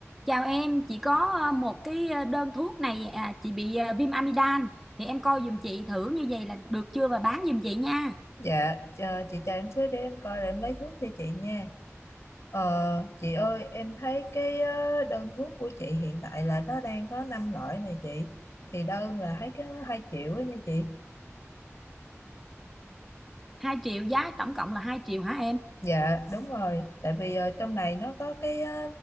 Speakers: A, in the centre; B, on the left.
A: Chào em, chị có ờ, một cái ờ, đơn thuốc này à, chị bị ờ, viêm amidan thì em coi giùm chị thử như vậy là được chưa và bán giùm chị nha.
B: Dạ, ờ, chị chờ em xíu để em coi rồi em lấy thuốc cho chị nha. Ờ, chị ơi, em thấy cái ờ, đơn thuốc của chị hiện tại là nó đang có 5 loại này chị. Thì đơn là thấy cái 2 triệu ấy nha chị.
A: hai triệu giá tổng cộng là hai triệu hả em?
B: Dạ, đúng rồi. Tại vì ờ, trong này nó có cái ờ,